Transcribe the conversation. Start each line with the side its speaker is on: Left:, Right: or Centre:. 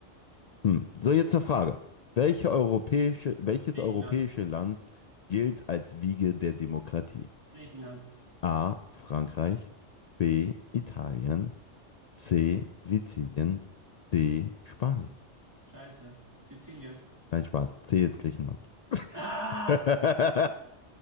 Left: Hm. So, jetzt zur Frage. Welche europäische, welches
Right: Griechenland.
Left: europäische Land gilt als Wiege der Demokratie?
Right: Griechenland.
Left: A. Frankreich, B. Italien, C. Sizilien, D. Spanien.
Right: Scheiße. Sizilien.
Left: Nein, Spaß. C ist Griechenland.
Right: Ah!
Left: <laughs>